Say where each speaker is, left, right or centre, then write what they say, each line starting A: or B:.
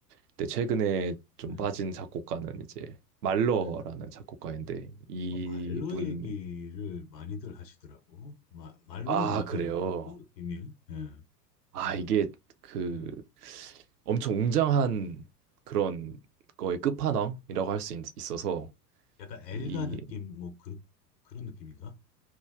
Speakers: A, on the right; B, on the left.
A: 그때 최근에 좀
B: 네,
A: 빠진 작곡가는 이제, 말러라는
B: 네.
A: 작곡가인데, 이분의,
B: 어, 말로 얘기를 많이들 하시더라고. 마, 말로는
A: 아,
B: 약간
A: 그래요.
B: 어- 어떤 느낌이에요? 예,
A: 아,
B: 예,
A: 이게 그
B: 예.
A: 엄청 웅장한 그런 거의 끝판왕이라고 할 수 있어서
B: 약간 엘가
A: 이,
B: 느낌 뭐 그, 그런 느낌인가?